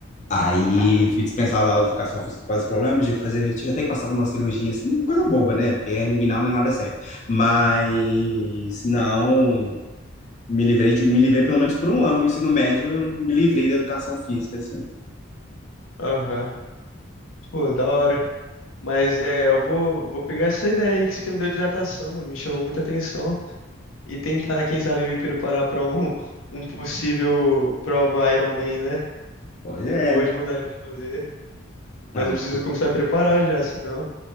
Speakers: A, on the left; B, on the left.
A: Aí
B: Não.
A: fui dispensado da aula de educação física por causa de problemas de fazer. Tive até que passar por uma cirurgia, assim, coisa boba, né? Porque hernia inguinal não é nada sério. Mas não. Me livrei de, me livrei pelo menos por um ano do ensino médio, eu me livrei da educação física, assim.
B: Aham. Pô, da hora. Mas é, eu vou, vou pegar essa ideia aí que você me deu de natação, mano. Me chamou muita atenção. e tentar, quem sabe, me preparar para um, um possível prova Iron Man, né?
A: Pois
B: Eu
A: é.
B: morro de vontade de fazer,
A: Não,
B: mas eu preciso começar a me preparar já, senão.